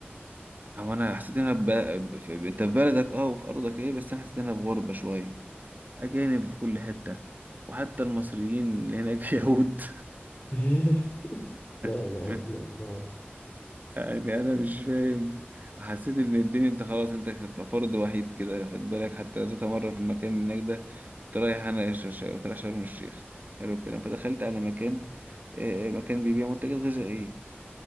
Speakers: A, on the right; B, on the left.
A: أو أنا حسيت إن أنا ب... في... أنت في بلدك أه وفي أرضك إيه بس أنا حسيت إن أنا في غربة شوية أجانب في كل حتة وحتى المصريين اللي هناك يهود
B: <laughs> لا
A: <laughs>
B: اله الا الله
A: يعني انا مش فاهم حسيت ان الدنيا انت خلاص انت ك- فرد وحيد كده خد بالك حتى ذات مره في المكان هناك ده كنت رايح انا ش- ش- كنت رايح شرم الشيخ حلو الكلام فدخلت على مكان آه، مكان بيبيع منتجات غذائيه